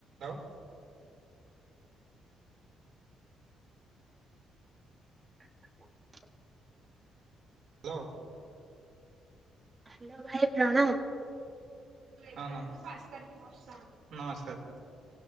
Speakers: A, on the right (about 65°); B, on the right (about 25°).
A: ଆଉ
B: <inaudible>
A: hello.
B: Hello ଭାଇ ପ୍ରଣମ୍।
A: ହଁ ମସ୍ ନମସ୍କାର।